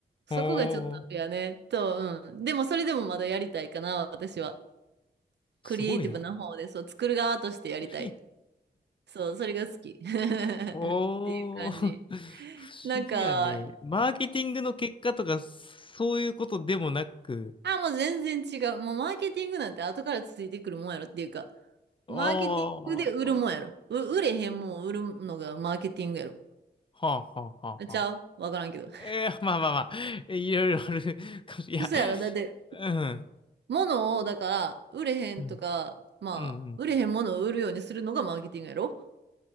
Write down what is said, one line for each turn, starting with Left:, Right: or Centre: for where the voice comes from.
Right: う、
Left: おー。
Right: そこがちょっとあれやね。と、うん。でもそれでもまだやりたいかな、私は。
Left: すごいな。
Right: クリエイティブな方で、そう、作る側としてやりたい。
Left: フリー。
Right: そう、それが好き。<laughs> っていう感じ。
Left: おー。<laughs> 不思議やね。
Right: なんか、
Left: マーケティングの結果とか、そういうことでもなく。
Right: あ、もう全然違う。もうマーケティングなんて後からついてくるもんやろっていうか、
Left: ああ。
Right: マーケティングで売るもんやろ。
Left: は
Right: う、売れへんもん売るのがマーケティングやろ。
Left: あはあはあは
Right: あちゃうわからんけど。<laughs>
Left: えー、まあまあまあ、いろいろあるかもしれない。
Right: そやろ、
Left: <laughs> いや、
Right: だって、
Left: うん、
Right: 物を、だから、売れへんとか、
Left: うん、
Right: まあ、
Left: うん、
Right: 売れへんものを売るようにするのがマーケティングやろ。